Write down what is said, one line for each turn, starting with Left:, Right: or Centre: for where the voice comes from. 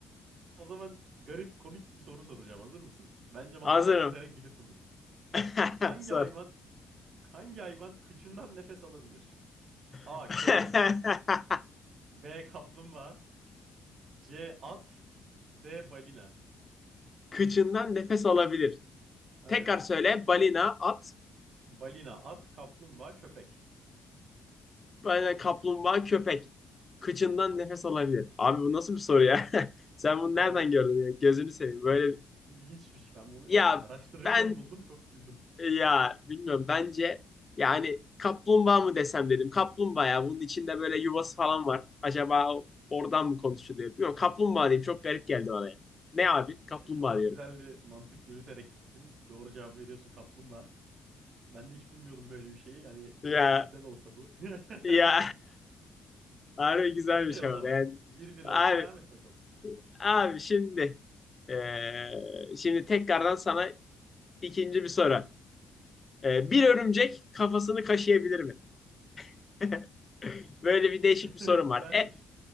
Right: O zaman garip komik bir soru soracağım. Hazır mısın? Bence mantık
Left: Hazırım.
Right: yürüterek bilirsin bunu.
Left: <laughs>
Right: Hangi
Left: Sor.
Right: hayvan Hangi hayvan kıçından nefes alabilir? A.
Left: <laughs>
Right: Köpek B. Kaplumbağa C. At D. Balina
Left: Kıçından nefes alabilir.
Right: Aynen.
Left: Tekrar söyle. Balina, at,
Right: Balina, at, kaplumbağa, köpek.
Left: balina, kaplumbağa, köpek. Kıçından nefes alabilir. Abi bu nasıl bir soru ya? <laughs> Sen bunu
Right: <laughs> Vallahi
Left: nereden gördün ya? Gözünü seveyim. Böyle
Right: il- ilginçmiş. Ben bunu
Left: ya
Right: araştırırken
Left: ben
Right: buldum. Çok güldüm.
Left: Ya bilmiyorum bence yani kaplumbağa mı desem dedim. Kaplumbağa ya bunun içinde böyle yuvası falan var. Acaba o- oradan mı konuşuluyor? Yok kaplumbağa diyeyim çok garip geldi bana ya. Ne abi? Kaplumbağa
Right: Ee, Çok
Left: diyorum.
Right: güzel bir mantık yürüterek gittin. Doğru cevap veriyorsun kaplumbağa. Ben de hiç bilmiyordum böyle bir şeyi. Hani keşke
Left: Ya
Right: bizde de olsa bu.
Left: ya
Right: <laughs>
Left: <laughs> harbi güzelmiş
Right: Okey o
Left: ama
Right: zaman.
Left: ben
Right: Bir bir
Left: abi
Right: oldu. Devam et bakalım.
Left: abi şimdi eee, şimdi tekrardan sana ikinci bir soru. Eee, bir
Right: Hı.
Left: örümcek kafasını kaşıyabilir mi? <laughs> Böyle bir değişik
Right: <laughs>
Left: bir sorum
Right: Güzelmiş.
Left: var. E,